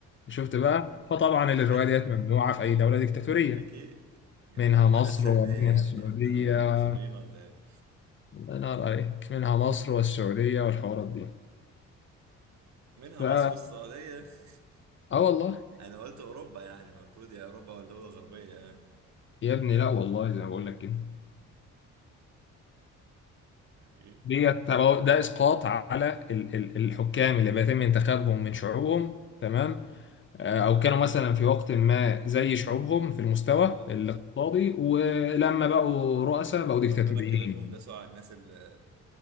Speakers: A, on the left; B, on the right.
A: شفت بقى فطبعا الرواية
B: لا
A: ديت ممنوعة في أي دولة ديكتاتورية
B: اكيد يا
A: منها
B: معاداة
A: مصر
B: سامية
A: ومنها
B: يا
A: السعودية
B: ابني احنا عنصريين ولا ايه
A: الله ينور عليك منها مصر والسعودية والحوارات دي
B: منها
A: ف... اه
B: مصر والسعودية <laughs>
A: والله
B: انا قلت اوروبا يعني المفروض يا اوروبا ولا دولة غربية يعني
A: يا ابني لا والله زي ما بقول لك كده
B: يعني ايه
A: ديت تبو- ده اسقاط على ال- ال- الحكام اللي بيتم انتخابهم من شعوبهم تمام آه، او كانوا مثلا في وقت ما زي شعوبهم في المستوى
B: آه.
A: الاقتصادي ولما بقوا رؤساء
B: لما
A: بقوا ديكتاتوريين
B: ربنا كرمهم داسوا على الناس اللي